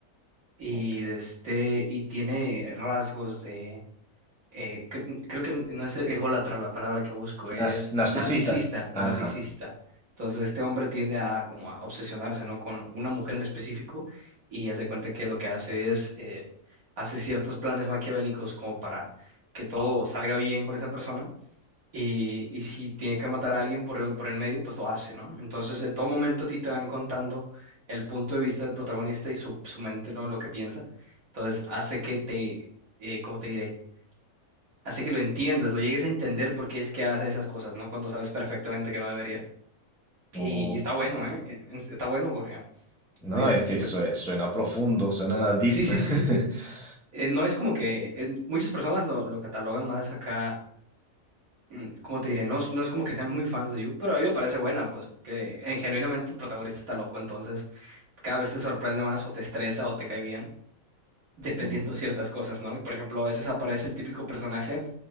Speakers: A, on the right; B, in the centre.
A: y
B: Ok.
A: de este y tiene rasgos de eh, cre- creo que n- no es ególatra la palabra que busco,
B: Nar-
A: es
B: narcisista.
A: narcisista, narcisista.
B: Ajá.
A: Entonces este hombre tiende a como a obsesionarse, ¿no? con una mujer en específico y hace cuenta que lo que hace es eh, hace ciertos planes maquiavélicos como para que todo salga bien con esa persona y, y si tiene que matar a alguien por el, por el medio, pues lo hace, ¿no? Entonces, en todo momento a ti te van contando el punto de vista del protagonista y su, su mente, ¿no? Lo que piensa. Entonces, hace que te, eh, ¿cómo te diré? Hace que lo entiendas, lo llegues a entender por qué es que hace esas cosas, ¿no? Cuando sabes perfectamente que no debería.
B: Ok.
A: Y, y está bueno, ¿eh? Eh, es- Está bueno porque... ah, de
B: No,
A: este,
B: es que
A: te-
B: sue- suena profundo, suena deep.
A: Sí, sí,
B: <laughs>
A: sí, sí, sí. Eh, no es como que... eh, muchas personas lo, lo catalogan más acá mm, como te diré, no, es- no es como que sean muy fans de You, pero a mí me parece buena, pues, porque eh, genuinamente el protagonista está loco, entonces cada vez te sorprende más o te estresa o te cae bien, dependiendo
B: Mm.
A: ciertas cosas, ¿no? Y por ejemplo, a veces aparece el típico personaje